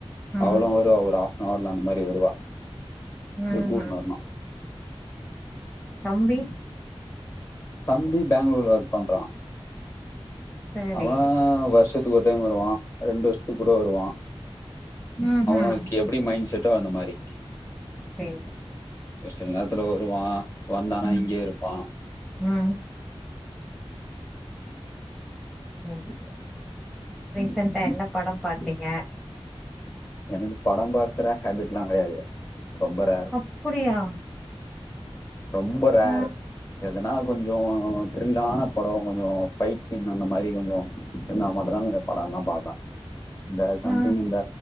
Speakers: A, in the centre; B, on the left.
A: ம்
B: அவலு வருவா ஒரு ஹாஃப்பன்னவர்ல அந்த மாரி வருவா
A: ம்
B: போய் கூட்னு வரணு
A: தம்பி
B: தம்பி பேங்ளூர்ல ஒர்க் பண்றா
A: சேரி
B: அவ வருஷத்துக்கு ஒரு டைம் வருவா ரெண்டு வருஷத்துக்கு கூட வருவா
A: ம்
B: அவனுளுக்கு
A: ம்
B: எப்டி மைண்ட் செட்டோ அந்த மாரி
A: சேரி
B: ஒரு சில நேரத்துல வருவா வந்தானா
A: ம்
B: இங்கயே இருப்பா
A: ம் சேரி ரீசன்ட்டா
B: ம் ம்
A: என்ன படம் பாத்தீங்க
B: எனக்கு படம் பாக்குற ஹேபிட்ல்லா கெடையாது ரொம்ப ரேர்
A: அப்படியா
B: ரொம்ப ரேரு
A: ஆ
B: எதுனா கொஞ்சோ த்ரில்லான படோ கொஞ்சோ ஃபைட் சீன் அந்த மாரி கொஞ்சோ என் நா மட்டும்தா கொஞ்சோ படம் ல்லா பாப்ப இந்த சம்திங்
A: ஆ
B: இந்த